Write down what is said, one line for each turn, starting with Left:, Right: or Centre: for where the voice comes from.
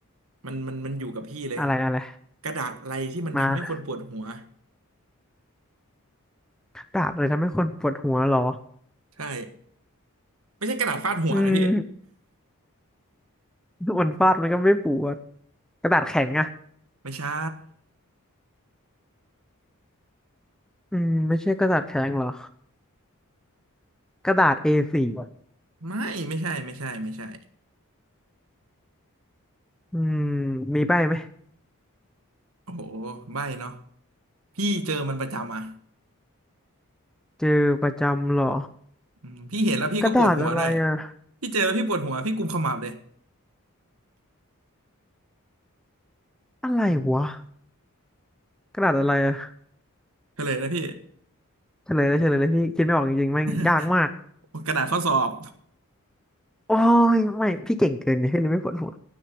Right: มันมันมันอยู่กับพี่เลย
Centre: อะไรอะไร
Right: กระดาษอะไรที่มันทำให้คนปวดหัว
Centre: มากระดาษเลยทำให้คนปวดหัวเหรอ
Right: ใช่ไม่ใช่กระดาษฟาดหัวนะพี่
Centre: อืมมันฟาดมันก็ไม่ปวดกระดาษแข็งอะ
Right: ไม่ใช่
Centre: อืมไม่ใช่กระดาษแข็งเหรอกระดาษ A4 อสี่
Right: ไม่ไม่ใช่ไม่ใช่ไม่ใช่
Centre: อืมมีใบไหม
Right: โอ้โหใบ้เนาะพี่เจอมันประจำอ่ะ
Centre: เจอประจำเหรอ
Right: อืมพี่เห็นแล้วพี่ก็ปวดหัวด้วย
Centre: กระดาษอะไรอะ
Right: พี่เจอแล้วพี่ปวดหัวพี่กุมขมับเลย
Centre: อะไรวะกระดาษอะไรอะ
Right: เฉลยนะพี่
Centre: เฉลยเลยเฉลยเลยพี่คิดไม่ออกจริงๆแม่งยากมาก
Right: <laughs> กระดาษข้อสอบ
Centre: โอ้ยไม่พี่เก่งเกินเนี่ยพี่เลยไม่ปวดหัว